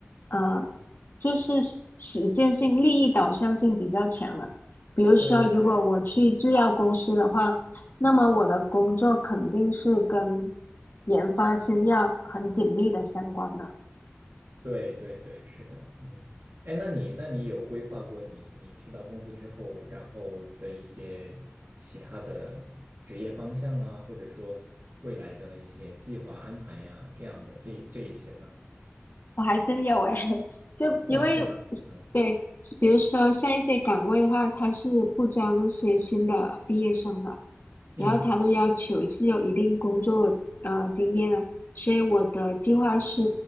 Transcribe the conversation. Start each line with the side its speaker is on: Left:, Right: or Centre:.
Left: 呃，就是实实践性、利益导向性比较强的。比如说，
Right: 对对对，
Left: 如果我去制药公司的话，
Right: 嗯。
Left: 那么我的工作肯定是跟研发新药很紧密的相关的。
Right: 对对对，是的，嗯，哎，那你那你有规划过你你去到公司之后，然后的一些其他的职业方向啊，或者说未来的一些计划安排呀、这样的这这一些呢？
Left: 我还真有诶，<laughs> 就因为
Right: 哇，是吗？嗯
Left: 对，比如说像一些岗位的话，他是不招那些新的毕业生的，然后他都要求是有一定工作呃经验的，
Right: 嗯
Left: 所以我的计划是，